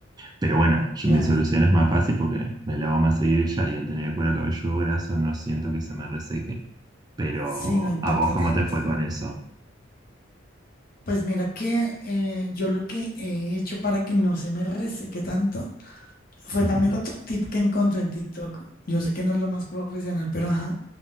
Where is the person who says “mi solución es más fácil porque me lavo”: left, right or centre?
Right